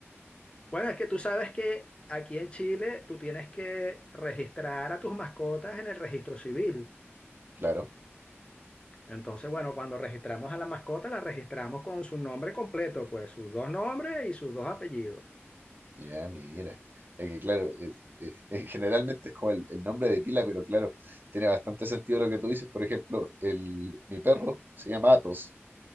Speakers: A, on the left; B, on the right.
A: Bueno, es que tú sabes que aquí en Chile tú tienes que registrar a tus mascotas en el registro civil.
B: Claro.
A: Entonces, bueno, cuando registramos a la mascota, la registramos con su nombre completo, pues sus dos nombres y sus dos apellidos.
B: Ya, mira. Es que claro, eh, eh, eh, generalmente es como el, el nombre de pila, pero claro, tiene bastante sentido lo que tú dices. Por ejemplo, el, mi perro se llama Atos.